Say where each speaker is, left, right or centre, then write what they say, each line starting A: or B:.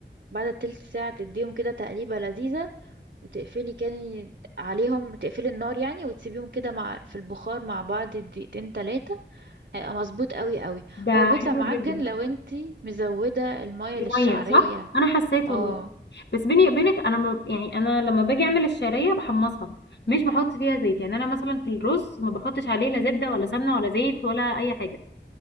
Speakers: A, on the right; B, on the left.
A: بعد التلت ساعة تديهم كده تقليبة لذيذة وتقفلي كان عليهم تقفلي النار يعني وتسيبيهم كده مع في البخار مع بعض دقيقتين تلاتة هيبقى مظبوط قوي قوي
B: ده
A: هو بيطلع
B: حلو
A: معجن
B: جدا
A: لو انتي مزودة المية
B: دي
A: للشعرية
B: ميه صح انا حسيت
A: اه
B: والله بس بيني وبينك انا ما يعني انا لما باجي اعمل الشعريه بحمصها مش بحط فيها زيت يعني انا مثلا في الرز ما بحطش عليه لا زبده ولا سمنه ولا زيت ولا اي حاجه